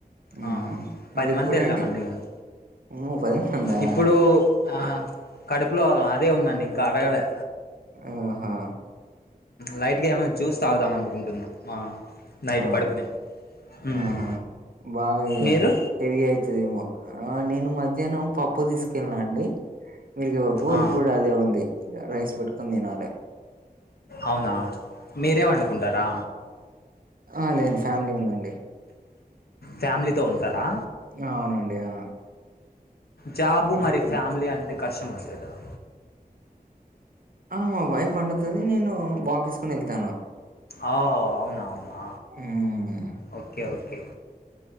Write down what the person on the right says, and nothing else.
ఊహు
మరి
ఇప్పుడు
అండి
అమ్మో పదిమందా
ఆహా
ఆహా.
ఆహా బాగా ఇగ
హెవీ అయితదేమో ఆ నేను మధ్యాహ్నం పప్పు తీసుకెళ్ళిన అండి మీగీతా పప్పు
ఇప్పుడు అదే ఉంది రైస్ పెట్టుకుని తినాలే
ఆ లేదండి ఫ్యామిలీ ఉందండి
ఆ, అవునండి ఆ
ఉమ్.
ఆ మా వైఫ్ వండుతది నేను బాక్స్ తీసుకుని వెళ్తాను
ఉమ్.